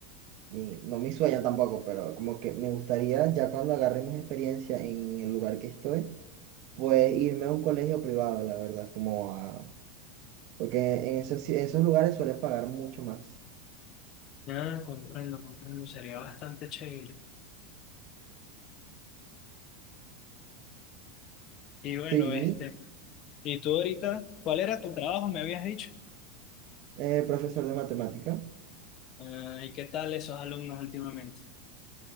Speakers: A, on the right (about 55°); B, on the left (about 45°).
A: mi- no mi sueño tampoco, pero como que me gustaría ya cuando agarre más experiencia en el lugar que estoy, pues irme a un colegio privado, la verdad, como a... Porque en esos, esos lugares suelen pagar mucho más.
B: Ah, comprendo, comprendo. Sería bastante chévere. Y bueno,
A: Sí,
B: este, ¿y tú ahorita, cuál era tu trabajo, me habías dicho?
A: eh, profesor de matemática.
B: Ah, ¿y qué tal esos alumnos últimamente?